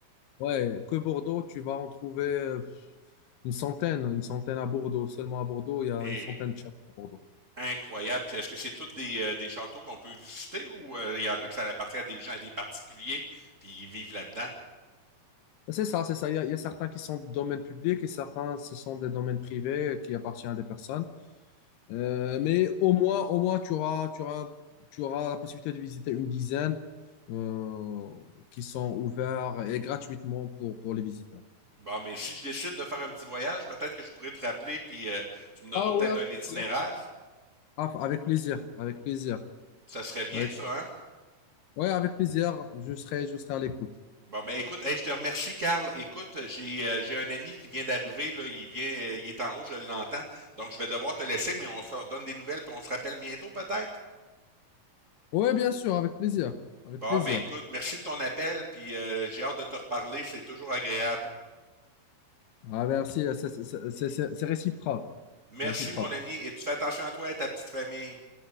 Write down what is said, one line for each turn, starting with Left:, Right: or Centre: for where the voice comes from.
Left: ouais, que Bordeaux, tu vas en trouver euh, une centaine, une centaine à Bordeaux. Seulement à Bordeaux, il y a
Right: Et
Left: une centaine de chats à Bordeaux.
Right: incroyable. Puis est-ce que c'est tous des, euh, des châteaux qu'on peut visiter ou euh, il y en a que ça appartient à des gens, à des particuliers, puis ils vivent là-dedans?
Left: Ben, C'est ça, c'est ça. Il y a, il y a certains qui sont de domaine public et certains, ce sont des domaines privés qui appartiennent à des personnes. Euh, mais au moins, au moins, tu auras, tu auras, tu auras la possibilité de visiter une dizaine euh, qui sont ouverts et gratuitement pour, pour les visiteurs.
Right: Bon, mais si je décide de faire un petit voyage, peut-être que je pourrais te rappeler, puis euh, tu me donneras
Left: Ah
Right: peut-être
Left: oui, avec
Right: un itinéraire.
Left: plaisir. Ah, avec plaisir, avec plaisir.
Right: Ça serait bien,
Left: Avec-
Right: ça, hein?
Left: Ouais, avec plaisir, je serai, je serai à l'écoute.
Right: Bon, ben écoute, hey, je te remercie, Carl. Écoute, j'ai euh, j'ai un ami qui vient d'arriver, là, il vient, euh, il est en haut, je l'entends. Donc, je vais devoir te laisser, mais on se redonne des nouvelles, puis on se rappelle bientôt, peut-être.
Left: Ouais, bien sûr, avec plaisir, avec
Right: Bon,
Left: plaisir.
Right: ben écoute, merci de ton appel, puis euh, j'ai hâte de te reparler, c'est toujours agréable.
Left: Ah, merci, c'est c'est- c'est- c'est- c'est réciproque,
Right: Merci,
Left: c'est réciproque.
Right: mon ami, et tu fais attention à toi et à ta petite famille.